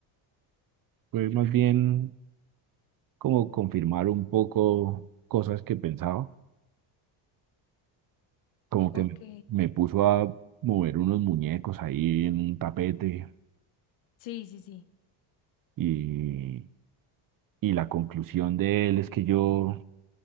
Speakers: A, on the right; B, on the left.
A: Fue más bien como confirmar un poco cosas que pensaba, como
B: Ok.
A: que me, me puso a mover unos muñecos ahí en un tapete
B: Sí, sí, sí.
A: y Y la conclusión de él es que yo